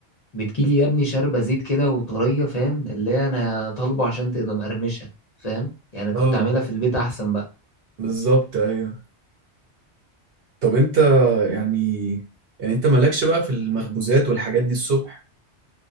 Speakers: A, on the left (about 40°); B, on the right (about 60°).
A: بتجيلي يا ابني شاربه زيت كده وطريه فاهم اللي هي انا طالبه عشان تبقى مقرمشه فاهم يعني كنت
B: آه
A: اعملها في البيت احسن بقى
B: بالظبط أيوه طب أنت يعني يعني أنت مالكش بقى في المخبوزات والحاجات دي الصبح